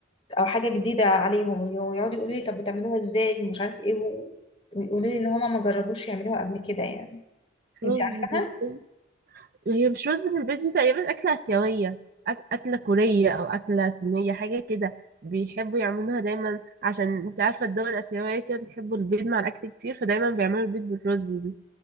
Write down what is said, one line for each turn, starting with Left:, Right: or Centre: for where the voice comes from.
Left: او حاجه جديده عليهم ويقعدوا يقولوا لي طب بتعملوها ازاي ومش عارف ايه و- ويقولوا لي ان هما ما جربوش يعملوها قبل كده يعني
Right: رز
Left: انت عارفاها
Right: بالبيت هي مش رز بالبيت دي تقريبا أكلة آسيوية أك... أكلة كورية أو أكلة صينية حاجة كده بيحبوا يعملوها دايما عشان انت عارفة الدول الآسيوية كده بيحبوا البيض مع الأكل كتير فدايما بيعملوا البيض بالرز دي